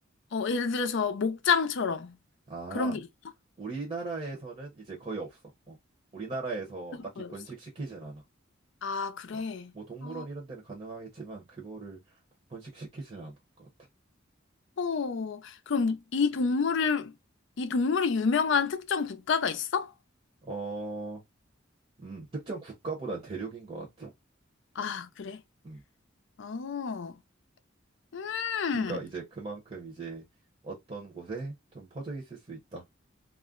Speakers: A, on the left (about 65°); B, on the right (about 30°).
A: 어, 예를 들어서 목장처럼
B: 아,
A: 그런 게 있어?
B: 우리나라에서는 이제 거의 없어. 어, 우리나라에서 딱히
A: 거의
B: 번식시키진
A: 없어.
B: 않아.
A: 아, 그래.
B: 어, 뭐 동물원
A: 어,
B: 이런 데는 가능하겠지만 그거를 번식시키진 않을 것 같아.
A: 어, 그럼 이 동물을, 이 동물이 유명한 특정 국가가 있어?
B: 어, 음, 특정 국가보단 대륙인 것 같아.
A: 아, 그래.
B: 음.
A: 어, 음.
B: 그러니까 이제 그만큼 이제 어떤 곳에 좀 퍼져 있을 수 있다.